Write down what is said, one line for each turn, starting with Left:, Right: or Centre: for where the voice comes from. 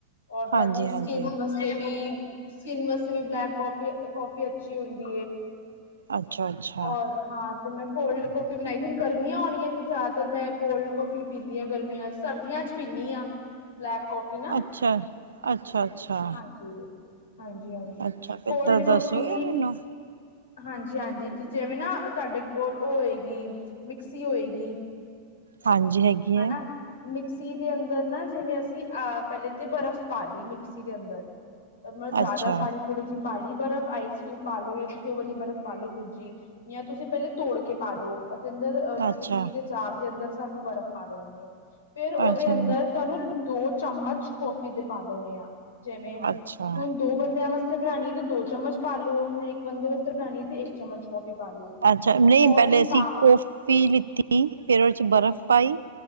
Left: ਔਰ ਤੁਹਾਡੀ
Right: ਹਾਂਜੀ
Left: ਸਕਿੰਨ
Right: ਹਾਂਜੀ
Left: ਵਾਸਤੇ ਵੀ ਸਕਿੰਨ ਵਾਸਤੇ ਵੀ ਬਲੈਕ ਕਪੀ ਕਾਫੀ ਅੱਛੀ ਹੁੰਦੀ
Right: ਅੱਛਾ ਅੱਛਾ
Left: ਔਰ ਹਾਂ ਤੇ ਮੈਂ ਕੋਲਡ ਕੌਫੀ ਬਣਾਈ ਹੁਣ ਗਰਮੀਆਂ ਹੋਣੀਆਂ ਤੇ ਜ਼ਿਆਦਾਤਰ ਮੈਂ ਕੋਲਡ ਕੌਫੀ ਪੀਂਦੀ ਹਾਂ ਗਰਮੀਆਂ ਸਰਦੀਆਂ ਚ ਪੀਂਣੀ ਹਾਂ ਬਲੈਕ ਕੌਫੀ ਨਾ
Right: ਅੱਛਾ ਅੱਛਾ ਅੱਛਾ
Left: ਜ ਹਾਂਜੀ ਹਾਂਜੀ
Right: ਅੱਛਾ
Left: ਕੋਲਡ
Right: ਫਿਰ ਦ ਦੱਸੋਗੇ
Left: ਕਫੀ
Right: ਮੈਨੂੰ
Left: ਹਾਂਜੀ ਹਾਂਜੀ ਤੇ ਜਿਵੇਂ ਨਾ ਤੁਹਾਡੇ ਕੋਲ ਉਹ ਹੋਏਗੀ ਮਿਕਸੀ ਹੋਏਗੀ
Right: ਹਾਂਜੀ ਹੈਗੀ
Left: ਹੈ ਨਾ ਮਿਕਸੀ ਦੇ ਅੰਦਰ ਨਾ ਜਿਵੇਂ ਅਸੀਂ ਅਹ ਪਹਿਲੇ ਤੇ ਬਰਫ਼ ਪਾ ਲਈ ਮਿਕਸੀ ਦੇ ਅੰਦਰ ਮੈਂ ਜ਼ਿਆਦਾ
Right: ਅੱਛਾ
Left: ਸਾਰੀ ਥੋੜੀ ਜਿਹੀ ਪਾਲੀ ਬਰਫ਼ ਆਈਸ ਕਿਊ ਪਾ ਲੋ ਜਾਂ ਵਾਲੀ ਬਰਫ਼ ਪਾਾਲੋ ਦੂਜੀ ਜਾਂ ਤੁਸੀਂ ਪਹਿਲੇ ਤੋੜ ਕੇ ਪਾਲਓ ਜਾ ਅੰਦਰ ਅਹ
Right: ਅੱਛਾ
Left: ਮਿਕਸੀ ਤੇ ਚਾਰ ਦੇ ਅੰਦਰ ਸਾਨੂੰ ਬਰਫ਼ ਪਾ ਦਿੰਦੀ ਹੈ ਫੇਰ ਉਹਦੇ
Right: ਅੱਛਾ
Left: ਅੰਦਰ ਤੁਹਾਨੂੰ ਦੋ ਚਮਚ ਕੌਫੀ ਦੇ ਪਾ ਦਿੰਦੇ ਹਾਂ ਜਿਵੇਂ
Right: ਅੱਛਾ
Left: ਹੁਣ ਦੋ ਬੰਦਿਆਂ ਵਾਸਤੇ ਬਣਾਣੀ ਤੇ ਦੋ ਚਮਚ ਪਾ ਲ ਲੋ ਇੱਕ ਬੰਦੇ ਵਾਸਤੇ ਬਣਾਉਣੀ ਤੇ ਇੱਕ ਚਮਚ ਕੌਫੀ ਪਾਲ ਲੋ
Right: ਅੱਛਾ ਨਹੀਂ
Left: ਕੌਫੀ
Right: ਪਹਿਲੇ ਅਸੀਂ
Left: ਪਾ
Right: ਕਫੀ ਲਿੱਤੀ ਫੇਰ ਉਹਦੇ ਚ ਬਰਫ਼ ਪਾਈ